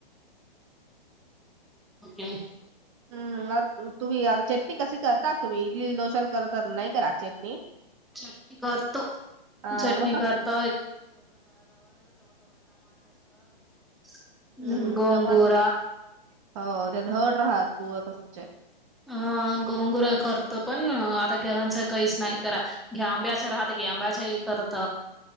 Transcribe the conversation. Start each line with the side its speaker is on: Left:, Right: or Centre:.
Centre: ओके.
Right: हम्म ला तू तुम्ही आता चटणी कशी करता तुम्ही इडली दोशल कर तर नाही करा चटणी.
Centre: चटणी करतो
Right: हा
Centre: चटणी
Right: मग कस-
Centre: करत <unintelligible>
Right: हम्म
Centre: गोनगोरा.
Right: त्यामुळे <unintelligible>
Centre: अ गोंगुरा करतो पण आता घेहांच काहीच नाही करा. घ्या आंब्याचं राहत की आंब्याच हे करत.